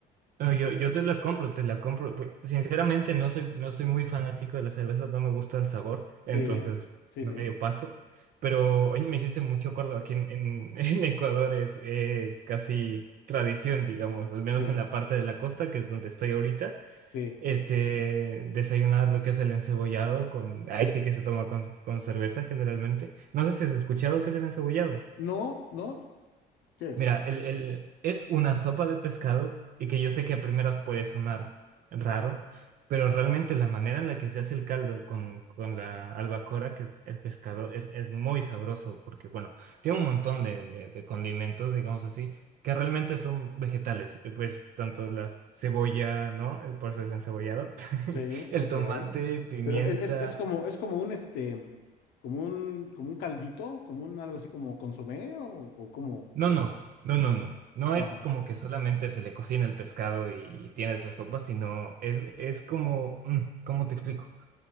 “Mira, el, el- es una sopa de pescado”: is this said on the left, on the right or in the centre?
Right